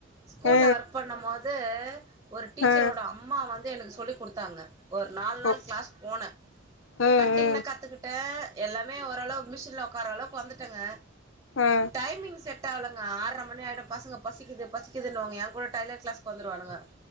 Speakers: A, on the right; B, on the left.
A: ஸ்கூல்ல
B: ஆ
A: ஒர்க் பண்ணும் போது ஒரு டீச்சரோட
B: ஆ
A: அம்மா வந்து எனக்கு சொல்லி கொடுத்தாங்க ஒர் நால் நாள்
B: ஓகே
A: கிளாஸ் போனே
B: ஆ
A: கட்டிங்ன
B: ஆ
A: கத்துக்கிட்டே எல்லாமே ஓரளவு மிஷின்ல ஒக்கார அளவுக்கு வந்துட்டங்க
B: ஆ
A: டைமிங் செட் ட்டால்லங்க ஆர்ற மணி ஆயிடு பசங்க பசிக்குது பசிக்குதுன்னுவாங்க ஏங்கூட டைலர் கிளாஸ்க் வந்துருவானுங்க